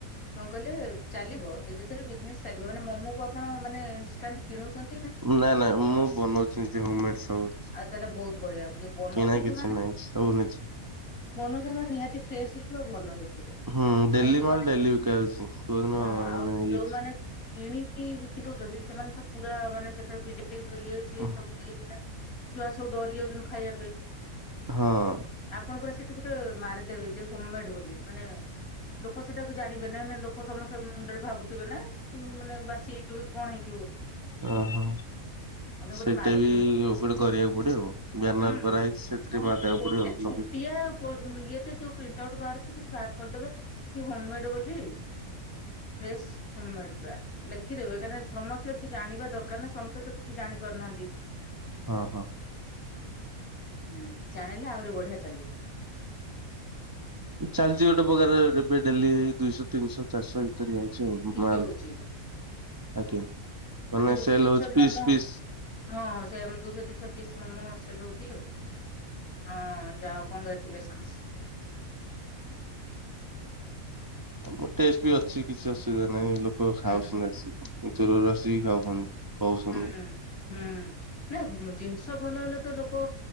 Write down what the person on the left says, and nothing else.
କଣ କହିଲେ ଚାଲିବ ଧୀରେ ଧୀରେ ବିଜନେସ ଚାଲିବ ମାନେ ମୋମୋ କୁ ଆପଣ ମାନେ ଇନଷ୍ଟାଣ୍ଟ କିଣୁଛନ୍ତି।
ଆଉ ତାହେଲେ ବହୁତ ବଢିଆ ଯୋଉ ବନଉଛନ୍ତି
ମନୋଯୋଗ ନିହାତି ଫ୍ରେଶ୍ ହେଇଥିବ ଭଲ ହେଇ ।
ଆଉ ଯୋଉମାନେ
ହଁ
ଆଉ
ଯୋଉମାନେ କିଣି ବିକି ଦଉଛନ୍ତି ସେମାନେ ତ ପୁରା ମାନେ ସେ ଇଏ ସିଏ
ସବୁ ଛୁଆ ସବୁ ଡରିଯାଉଛନ୍ତି ଖାଇବା ପାଇଁ।
ଆପଣଙ୍କର ସେଠି ଗୋଟେ ମାରିଦେବେ ଯେ ହୋମ ମେଡ ବୋଲି ମାନେ। ଲୋକ ସେଟାକୁ ଜାଣିବେ ନା ନା ଲୋକ ସମସ୍ତଙ୍କ ମୁଣ୍ଡରେ ଭାବୁଥିବେ ନା ମାନେ ବାସି ହେଇଥିବ କି କଣ ହେଇ ।
ମତେ ଗୋଟେ
ମାରିଦେବେ
ହୁଁ
ହଁ
ଗୋଟେ
ଛୋଟିଆ
ପ ତ ଯୋଉ ପ୍ରିଟ ଆଉଟ ବାହାର। ବାହାର କରିଦେବେ କି ହୋମ ମେଡ ବୋଲି। ଫ୍ରେସ ହୋମ୍ ମେଡ୍ ପୁରା ଲେଖିଦବେ କାହିଁକିନା ସମସ୍ତେ ଜାଣିବା ଦରକାର ନା ସମସ୍ତେ ତ କିଛି ଜାଣି। କରନାନ୍ତି।
ହୁଁ ଜାଣିଲେ ଆହୁରି ବଢିଆ ଚାଲିବ।
ବିକ୍ରି
ହଉଛି
ମାନେ ଦୁଇଶହ
ତିନିଶ
ମୋମୋ।
ହଁ ସେ ଦୁଇଶହ ତିନିଶହ ପିସ୍ ମୋମୋ ସେଲୋଟି ଆଉ ହଁ ଯାହା। କଂଗ୍ରେଚୁଲେସନ୍ସ।
ହୁଁ
ହୁଁ ହୁଁ ହୁଁ। ନା ଜିନିଷ ଭଲ ହେଲେ ତ ଲୋକ